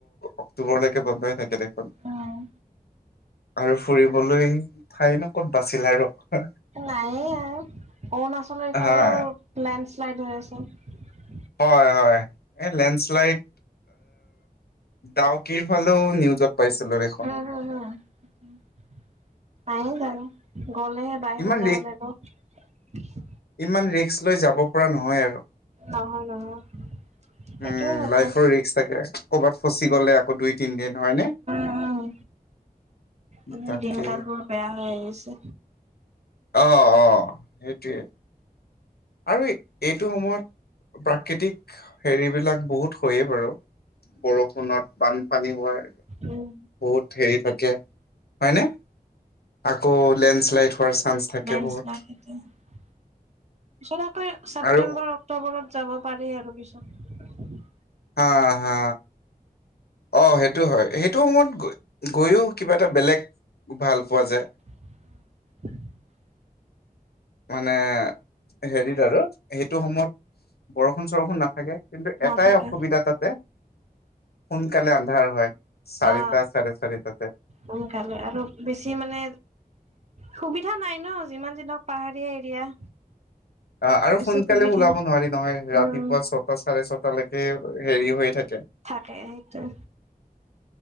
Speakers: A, on the left (about 85°); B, on the right (about 45°).
A: অক্টোবৰলৈকে বন্ধ হৈ থাকে। দেখোন।
B: উম।
A: আৰু ফুৰিবলৈ ঠাই ন। <inaudible>
B: নায়ে আৰু অৰুণাচলৰ ইফালেও,
A: হয়
B: লেণ্ডশ্লাইড হৈ আছে।
A: হয়, হয়, এই লেণ্ডশ্বেলাইট ডাউকীৰ ফালে নিউজত পাইছিলো দেখোন
B: উম, হম, পাৰি যাব। গ'লেহে বাহিৰত
A: ইমান
B: যাব
A: ৰি
B: লাগিব।
A: ইমান ৰিস্ক লৈ যাব পৰা নহয় আৰু।
B: নহয়, নহয়। সেইটোয়ে
A: উম,
B: কথা
A: লাইফৰ ৰিস্ক থাকে কৰ'বাত ফচি গ'লে আকৌ দুই তিন দিন হয়নে।
B: উম, এনে
A: তাকে
B: দিনকাল বোৰ বেয়া। আছে।
A: অ', অ', সেইটোৱে। আৰু এইটো সময়ত প্ৰাকৃতিক হেৰিবিলাক বহুত হয়য়ে বাৰু। বৰষুণত বানপানী হোৱাৰ
B: উম
A: বহুত হেৰি থাকে। থাকে হয় নে, আকৌ লেণ্ড শ্লাইড হোৱাৰ চান্স থাকে
B: লেণ্ডশ্বেলাইদ
A: বহুত
B: সেইটোবে, ছৰতাব আকৌ ছেপটেম্বৰ,
A: আৰু
B: অক্টোবৰত যাব পাৰি আৰু পিছত।
A: হা, হা। অ' সেইটো হয়, সেইটো সময়ত গৈও কিবা এটা বেলেগ ভাল পোৱা যায়।
B: <inaudible>
A: মানে, হেৰিতাট সেইটো সময়ত বৰষুণ চৰষুণ নাথাকে। কিন্তু
B: নাথাকে
A: এটাই অসুবিধা তাতে। সোনকালে আন্ধাৰ হয় চাৰিটা
B: অ
A: চাৰে চাৰিটাতে।
B: সোনকালে আৰু বেছি মানে সুবিধা নাই। ন যিমান যি নহওঁক পাহাৰীয়া এৰিয়া।
A: অ' আৰু
B: বেছি
A: সোনকালে
B: সুবিধা
A: ওলাব নোৱাৰি নহয়।
B: উম
A: ৰাতিপুৱা ছটা চাৰে ছটালৈকে হেৰি হৈয়ে থাকে।
B: থাকে সেইটোৱে।